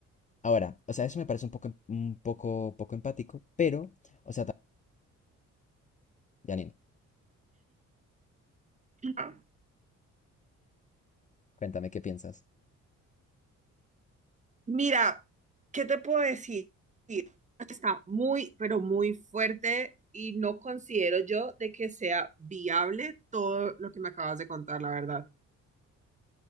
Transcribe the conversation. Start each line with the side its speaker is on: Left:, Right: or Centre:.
Left: Ahora, o sea, eso me parece un poco, em- un poco, poco empático, pero, o sea, también, Janine,
Right: Ah,
Left: cuéntame qué piensas.
Right: Mira, ¿qué te puedo decir? Está muy, pero muy fuerte y no considero yo de que sea viable todo lo que me acabas de contar, la verdad.